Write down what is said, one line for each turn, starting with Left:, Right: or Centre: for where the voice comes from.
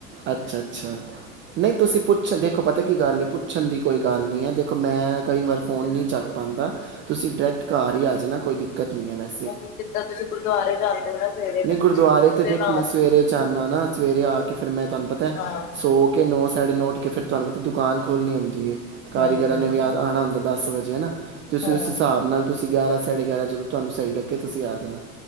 Right: ਅੱਛਾ-ਅੱਛਾ, ਨਈ ਤੁਸੀ ਪੁੱ ਪੁੱਛ, ਦੇਖੋ ਪਤਾ ਕੀ ਗੱਲ ਏ ਪੁੱਛਨ ਦੀ ਕੋਈ ਗੱਲ ਨੀ ਐ ਦੇਖੋ ਮੈਂ ਕਈ ਵਾਰ ਫੋਨ ਨੀਂ ਚੱਕ ਪਾਂਦਾ। ਤੁਸੀ ਡਰੈਕਟ ਘਾਰ ਈ ਆ ਜਾਨਾ ਕੋਈ ਦਿੱਕਤ ਨੀ ਐ ਮੈਂ
Left: ਨਹੀਂ ਜਿੱਦਾਂ ਤੁਸੀਂ ਗੁਰਦੁਆਰੇ ਜਾਂਦੇ ਹੋ ਨਾ ਸਵੇਰੇ ਫਿਰ
Right: ਨਈਂ ਗੁਰਦੁਆਰੇ
Left: ਤੁਸੀਂ
Right: ਤੇ ਦੇਖੋ
Left: ਨਾ
Right: ਮੈਂ ਸਵੇਰੇ ਜਾਂਨਾ ਨਾ ਸਵੇਰੇ ਆ ਕੇ ਫੇਰ ਮੈਂ ਤੁਆਨੂੰ ਪਤੈ
Left: ਹਾਂ
Right: ਸੌ ਕੇ ਨੌਂ, ਸਾਢੇ ਨੌਂ ਉੱਠ ਕੇ ਫੇਰ ਤੁਆਨੂੰ ਪਤਾ ਦੁਕਾਨ ਖੋਲਨੀ ਹੋਂਦੀ ਏ ਕਾਰੀਗਰਾਂ
Left: ਹਾਂਜੀ
Right: ਨੇ ਵੀ ਆ ਆਣਾ ਹੁੰਦਾ ਦਸ ਵਜੇ ਹੈਨਾ ਤੇ ਓਸ
Left: ਹਾਂ
Right: ਹਿਸਾਬ ਨਾਲ ਤੁਸੀਂ ਗਿਆਰਾਂ, ਸਾਢੇ ਗਿਆਰਾਂ ਜਦੋਂ ਤੁਆਨੂੰ ਸਈ ਲੱਗੇ ਤੁਸੀਂ ਆ ਜਾਨਾ।